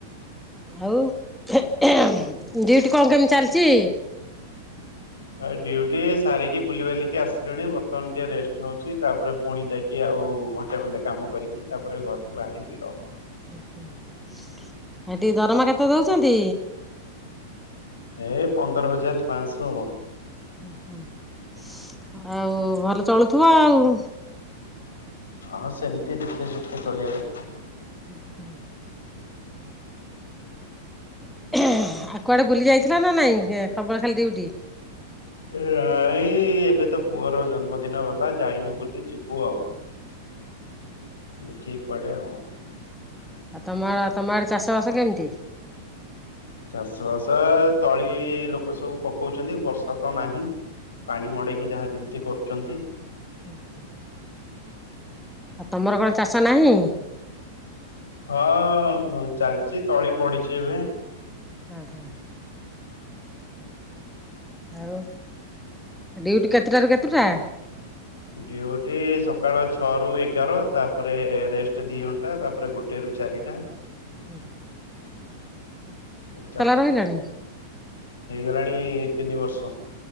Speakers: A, in the centre; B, on the left.
A: ଆଉ ହେଁ ହେଁ, ଡିଉଟି କଅ କେମତି ଚାଲଚି?
B: ଏଇ ଡ୍ୟୁଟି ସାରିକି ବୁଲି ବାଲିକି ଆସିଲିଣି, ବର୍ତ୍ତମାନ ଟିକେ ରେଷ୍ଟ ନୋଉଚି। ତାପରେ ପୁଣି ଯାଇକି ଆଉ ଆଉ ଘଣ୍ଟେ ଖଣ୍ଡେ କାମ କରିକି, ତାପରେ ଘରକୁ ବାହାରିବି ଆଉ।
A: ହୁଁ, <inaudible> ହେଟି ଦରମା କେତେ ଦୋଉଚନ୍ତି?
B: ଏଇ ପନ୍ଦର ହଜାର ପାଶହ ଆଉ।
A: ଉଁ ହୁଁ, <inaudible> ଆଉ ଭଲ ଚଳୁଥୁବ ଆଉ?
B: ହଁ ସେମିତି ଦୁଃଖେ ସୁଖେ ଚଳିବା କଥା।
A: ହୁ ହୁଁ ଆଉ କୁଆଡେ ବୁଲି ଯାଇଥିଲା ନା ନାଇଁ ସବୁବେଳେ ଖାଲି ଡିଉଟି।
B: ନାଇ ଏବେ ତ ପୁଅର ଜନ୍ମଦିନ ଗଲା ଯାଇନୁ ବୁଲି ଯିବୁ ଆଉ ଦେଖିକି କୁଆଡେ ଆଉ
A: ଆ ତମର ତମ ଆଡେ ଚାଷ ବାସ କେମିତି?
B: ଚାଷ ବାସ ତଳି ଲୋକ ସବୁ ପକଉଛନ୍ତି ବର୍ଷା ତ ନାହିଁ। ପାଣି ମଡେଇକି ଯାହା ଯେମିତି କରୁଛନ୍ତି।
A: ହୁ ହୁଁ ଆଉ ତମର କଣ ଚାଷ ନାହିଁ?
B: ହଁ ହ ଚାଲିଚି ତଳି ପଡିଚି ଏବେ।
A: ଅଂ ହଁ ଆଉ ଡିଉଟି କେତେଟାରୁ କେତେଟା?
B: ଡ୍ୟୁଟି ସକାଳ ଛଅ ରୁ ଏଗାର ତାପରେ ରେଷ୍ଟ ଦି ଘଣ୍ଟା ତାପରେ ଗୋଟେ ଚାରିଟା।
A: ହୁଁ,
B: ଚାରିଟା
A: ରହିଲାଣି?
B: ହେଇଗଲାଣି ତିନି ବର୍ଷ।